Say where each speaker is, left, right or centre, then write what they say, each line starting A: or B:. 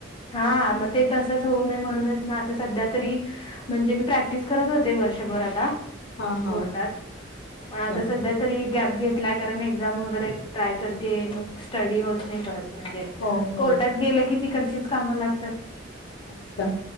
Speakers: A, on the left (about 25°); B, on the left (about 70°).
A: हा मग ते तसंच होऊ नाहीये म्हणूनच ना आता सध्या तरी म्हणजे मी प्रॅक्टिस करत होते वर्षभर आता
B: हा हा
A: कोर्टात
B: अच्छा
A: पण आता सध्या तरी गॅप घेतलाय कारण एक्झाम वगैरे ट्राय करते मग स्टडी होत नाही परत. म्हणजे
B: हो हो
A: कोर्टात गेलं की तिकडचीच कामं लागतात.
B: अच्छा